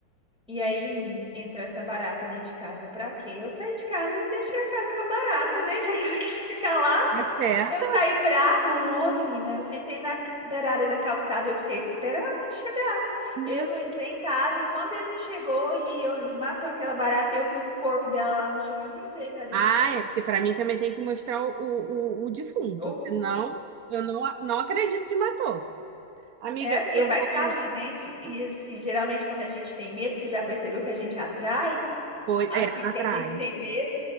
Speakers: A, in the centre; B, on the right.
A: E aí menino, entrou essa barata dentro de casa. Pra quê? Eu saí de casa e deixei a casa pra barata, né? <laughs> Já que ela <laughs> queria ficar lá.
B: é certo.
A: Eu saí pra rua, menina. Eu sentei na beirada da calçada e eu fiquei esperando ele chegar.
B: Meu-
A: Eu não entrei em casa. Enquanto ele não chegou e eu, ele matou aquela barata e eu vi o corpo dela lá no chão, eu não entrei pra dentro
B: Ah,
A: de casa.
B: é porque pra mim também tem que mostrar o, o, o defunto,
A: O-
B: senão eu não, não acredito que matou. Amiga,
A: É, porque
B: eu
A: vai
B: vou.
A: que tá ali, né? E assim, geralmente quando a gente tem medo, você já percebeu que a gente atrai
B: Pois,
A: aquilo
B: é,
A: que
B: atrai.
A: a gente tem medo.